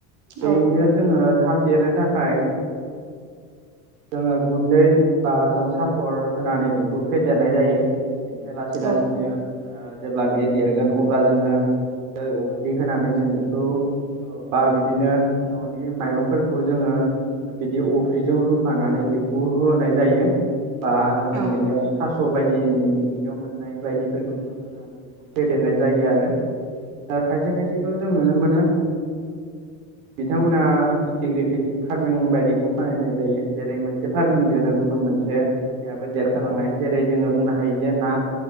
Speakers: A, on the right; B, on the right.
A: बेैनो
B: औ
A: जोङो थाब देरनो थाखाय जोङो गुन्दै बा जों साफर होनानै बेखौ फेदेरनाय जायो। बेनिफ्राय लासै लासैनो
B: औ
A: जेब्ला बे देरगोन अब्ला जोङो गुन्दै अफ्रि होनानै जों बेखौ औ बा बिदिनो न' ननि माइरंफोरखौ जोङो बिदि अफ्रिजों रुफानानै बेखौ होनाय जायो। बा जों
B: औ
A: बिदिनो थास' बायदि मि थिंगायाव मोननाय बायदिफोरखौ जों होनानै बेखौ फेदेरनाय जायो आरो खायसे खायसेखौ जों नुनो मोनो। बिथांमोना इन्टिग्रेटेड फार्मिं बायदिखौ बानायनाय जायो जेरै मोनसे फार्मिंजोंनो गुबुन मोनसे बो देरफालांनाय जेरै जोङो बुंनो हायो जे ना